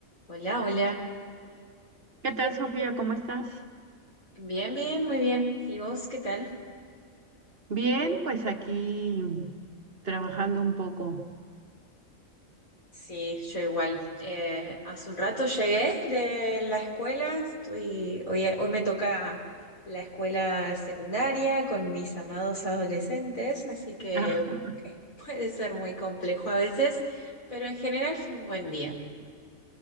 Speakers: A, on the left; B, on the right.
A: Hola, hola.
B: ¿Qué tal, Sofía? ¿Cómo estás?
A: Bien, bien, muy bien. ¿Y vos qué tal?
B: Bien, pues aquí trabajando un poco.
A: Sí, yo igual. Eh, hace un rato llegué de la escuela. Estoy, hoy, hoy me toca la escuela secundaria con mis amados adolescentes, así que
B: <laughs>
A: eh, <laughs> puede ser muy complejo a veces, pero en general fue un buen día.